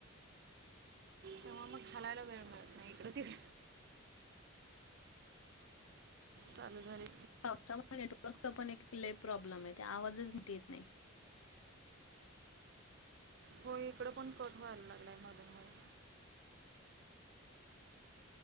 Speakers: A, on the left (about 80°); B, on the right (about 50°).
A: <unintelligible>
B: तेव्हा मग हलायला वेळ मिळत नाही इकड तिकड. चालू झाले
A: पावसामुळे नेटवर्कचा पण एक लय प्रॉब्लेम आहे ते आवाजच निट येत नाही.
B: हो इकड पण कट व्हायला लागलाय मधून मधून.